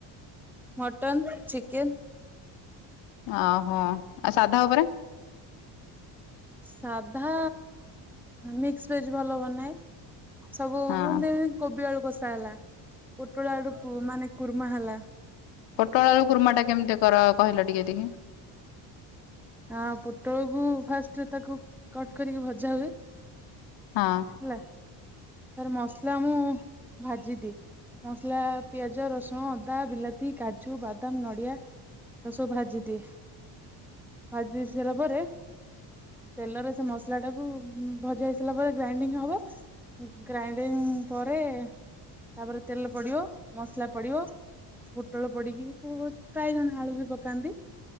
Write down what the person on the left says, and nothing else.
ଆ, ହଁ, ଆଉ ସାଧା ଉପରେ?
ହଁ
ପୋଟଳ ଆଳୁ କୁର୍ମା ଟା କେମିତି କର କହିଲ ଟିକେ ଦେଖି?
ହଁ।